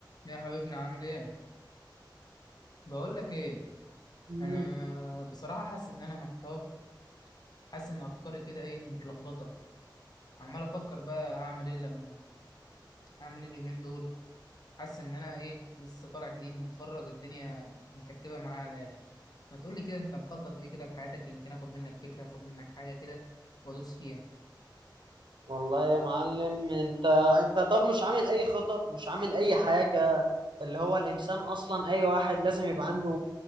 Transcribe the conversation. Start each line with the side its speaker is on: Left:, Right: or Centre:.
Left: يا حبيبنا عامل ايه؟ بقول لك ايه
Right: مم.
Left: انا بصراحة حاسس ان انا محتار حاسس ان افكاري كده ايه متلخبطة عمال افكر بقى هعمل ايه لما هعمل ايه اليومين دول حاسس ان انا ايه لسه طالع جديد متخرج الدنيا مكركبة معايا على الاخر ما تقولي كده انت مخطط ايه كده لحياتك يمكن اخد منك فكرة اخد منك حاجة كده وادوس فيها
Right: والله يا معلم انت انت طب مش عامل اي خطط مش عامل اي حاجة اللي هو الانسان اصلا اي واحد لازم يبقى عنده